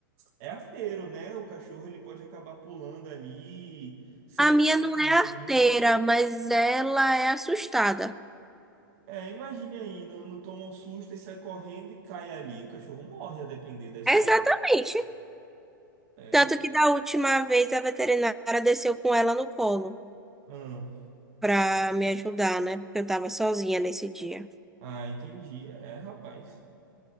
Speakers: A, on the right (about 45°); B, in the centre.
A: É arteiro, né? O cachorro ele pode acabar pulando ali, se
B: A
A: ele acabar
B: minha não
A: fugindo.
B: é arteira, mas ela é assustada.
A: É, imagine aí, não, não toma um susto e sai correndo e cai ali. O cachorro morre a depender da escada.
B: Exatamente.
A: É.
B: Tanto que da última vez a veterinária desceu com ela no colo
A: Hum.
B: pra me ajudar, né? Porque eu tava sozinha nesse dia.
A: Ah, entendi. É, rapaz.